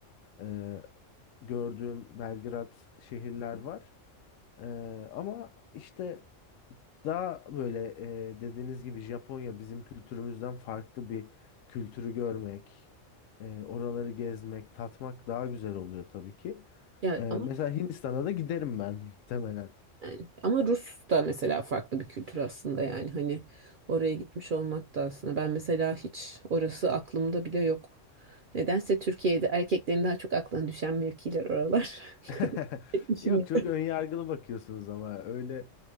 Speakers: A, on the left (about 85°); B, on the right (about 55°).
A: e, gördüğüm Belgrad şehirler var. Ee, ama işte daha böyle e, dediğiniz gibi Japonya bizim kültürümüzden farklı bir kültürü görmek, e, oraları gezmek, tatmak daha güzel oluyor tabii ki.
B: Ya
A: E, mesela
B: ama
A: Hindistan'a da giderim ben <laughs> muhtemelen.
B: yani, ama Rus da mesela farklı bir kültür aslında yani hani oraya gitmiş olmak da aslında. Ben mesela hiç orası aklımda bile yok. Nedense Türkiye'de erkeklerin daha çok aklına düşen mevkiler oralar. <laughs>
A: <laughs>
B: Kadın erkek
A: Yok çok önyargılı bakıyorsunuz ama öyle